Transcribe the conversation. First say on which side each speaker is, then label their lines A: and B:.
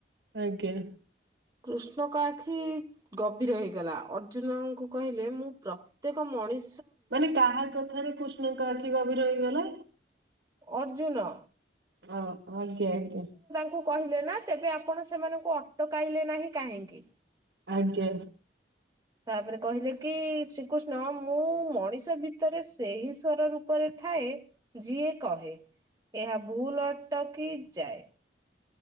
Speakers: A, on the right; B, on the right.
A: ଆଜ୍ଞା
B: କୃଷ୍ଣଙ୍କ ଆଖି ଗଭୀର ହେଇଗଲା ଅର୍ଜୁନଙ୍କୁ କହିଲେ ମୁଁ ପ୍ରତ୍ୟେକ ମଣି
A: ମାନେ କାହା କଥାରେ କୃଷ୍ଣଙ୍କ ଆଖି ଗଭୀର ହୋଇଗଲା।
B: ଅର୍ଜୁନ
A: ହଁ ଆଜ୍ଞା ଆଜ୍ଞା
B: ଙ୍କୁ କହିଲେ ନା ତେବେ ଆପଣ ସେମାନଙ୍କୁ ଅଟକାଇଲେ ନାହିଁ କାହିଁକି?
A: ଆଜ୍ଞା
B: ତାପରେ କହିଲେ କି ଶ୍ରୀକୃଷ୍ଣ ମୁଁ ମଣିଷ ଭିତରେ ସେହି ଈଶ୍ୱର ରୂପରେ ଥାଏ ଯିଏ କହେ ଏହା ଭୁଲ ଅଟକି ଯାଏ।